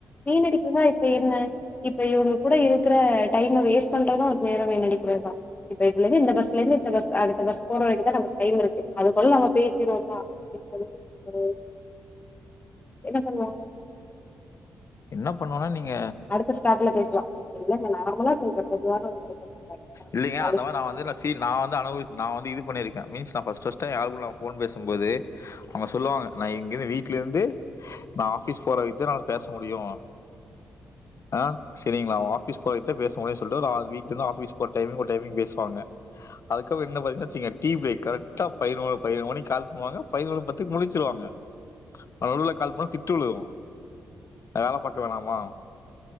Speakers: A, on the left (about 25°); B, on the left (about 55°).
A: வீன் அடிக்கிறதுனா இப்ப என்ன இப்ப இவங்க கூட இருக்குற டைம வேஸ்ட் பண்றதூ ஒரு நேர வீனடிப்புகள்தா இப்ப இதுல இருந்து இந்த பஸ்ல இருந்து இந்த பஸ் அடுத்த பஸ் போற வரைக்குதா நமக்கு டைம் இருக்கு அதுக்குள்ள நம்ம பேசிருவோப்பா இப்படி ஒரு <inaudible> என்ன பண்லா
B: என்ன பண்லானா நீங்க
A: அடுத்த ஸ்டாப்ல பேச்லா இல்லங்க நார்மலா சொல்ற பொதுவான ஒரு விஷயத்த சொல்ற
B: இல்லைங்க
A: காலேஜ்
B: அந்த மாரி நா வந்து இந்தச் ஃபீல் நா வந்து அனுபவித்து நா வந்து இது பண்ணிருக்கே மீன்ஸ் நா ஃபஸ்ட் ஃபீஸ்டா ஏ ஆள்க்கூட நா ஃபோன் பேசும்போது அவங்க சொல்லுவாங்க நா இங்கெருந்து வீட்ல இருந்து நா ஆஃபீஸ் போற வரைக்கு நா பேச முடியு ஆ சேரிங்களா ஆஃபீஸ் போய்து பேச முடியு சொல்ட்டு ஒரு வீட்ல இருந்து ஆஃபிஸ் போற டைமிங் ஒரு டைமிங் பேசுவாங்க அதுக்கப்புற என்ன பாத்திங்க வெச்சுக்கங்க டீ ப்ரேக் கரெக்டா ஃபை மிணி <unintelligible> மணி கால் பண்ணுவாங்க ஃபை லந்து பத் து முடிச்சுடுவாங்க நடுவுல கால் பண்ணா திட்டு விழுகு வேல பாக்க வேணாமா